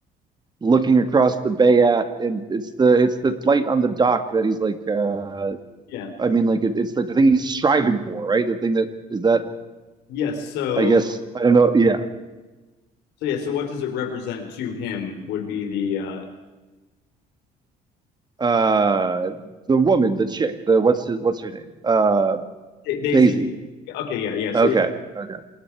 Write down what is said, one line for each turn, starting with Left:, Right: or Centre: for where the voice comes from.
Right: looking across the bay at, and it's the it's the light on the dock that he's like. uh
Left: Yeah.
Right: I mean, like it, it's like the thing he's striving for, right? The thing that is that
Left: Yes. So,
Right: I guess I don't know. Yeah,
Left: so yeah. So, what does it represent to him? Would be the uh,
Right: uh, the woman, the chick, the what's his, what's her name? Uh,
Left: Da- Daisy.
Right: Daisy.
Left: Okay. Yeah. Yeah. So
Right: Okay,
Left: yeah.
Right: okay,